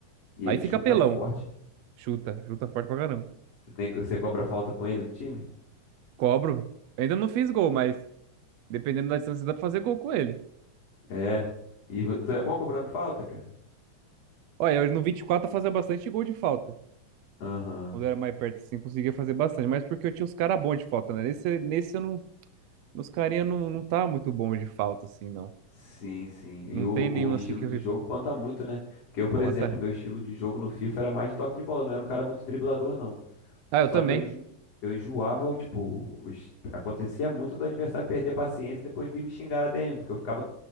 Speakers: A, on the left (about 55°); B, on the right (about 70°).
A: E
B: Aí
A: ele
B: fica
A: chuta
B: pelão.
A: forte.
B: Chuta, chuta forte pra caramba.
A: Você tem, que você cobra falta com ele no time?
B: Cobro. Ainda não fiz gol, mas dependendo da distância dá pra fazer gol com ele.
A: É. E vo- tu é bom cobrando falta, cara?
B: Olha, eu no 24 eu fazia bastante gol de falta.
A: Aham.
B: Quando eu era mais perto, assim, conseguia fazer bastante. Mas porque eu tinha uns caras bons de falta, né? Nesse, nesse eu não. Nos carinha não, não tá muito bom de falta, assim, não.
A: Sim, sim. E
B: Não
A: o,
B: tem nenhum
A: o estilo
B: assim que
A: de
B: eu vi.
A: jogo conta muito, né? Porque eu, por
B: Conta.
A: exemplo, meu estilo de jogo no FIFA era mais de toque de bola, não era um cara muito driblador, não.
B: Ah,
A: Só
B: eu também.
A: que eu, enjo... eu enjoava, o, tipo, os- acontecia muito do adversário perder a paciência e depois vir me xingar na DM, porque eu ficava